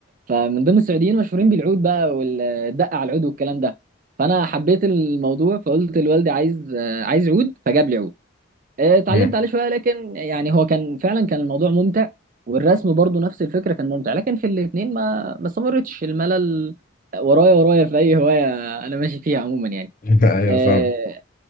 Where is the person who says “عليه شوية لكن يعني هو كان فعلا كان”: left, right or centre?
Right